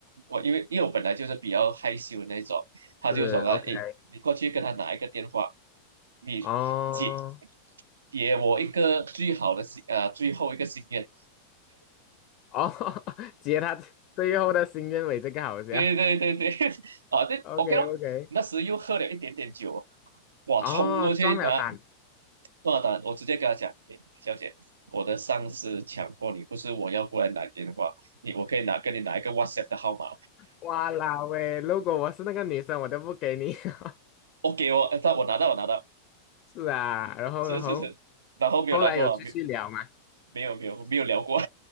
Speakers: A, on the right; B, on the left.
A: 我因为因为我本来就是比较害羞的那种，他就说了，
B: 是 OK，
A: 哎，你过去跟他拿一个电话，你
B: 哦
A: 解给我一个最好的心呃最后一个心愿，
B: 哦，<laughs> 接他最后的心愿尾，这个好笑
A: 对对对对，<laughs> 啊，对，OK
B: ，OK
A: 咯。
B: OK，
A: 那时又喝了一点点酒，哇，
B: 哦，
A: 冲过去拿
B: 撞了胆，
A: 多单，我直接跟他讲，诶小姐，我的上司强迫你，不是我要过来拿电话，你我可以拿跟你拿一个 WhatsApp 的号码
B: 哇啦喂，如果我是那个女生，我都不给你，<laughs>
A: ，OK 哦，呃他我拿到我拿到，
B: 是啊，然后然后
A: 是是是，然后没有来头话，
B: 后来有继续聊嘛？
A: 没有没有没有没有聊过，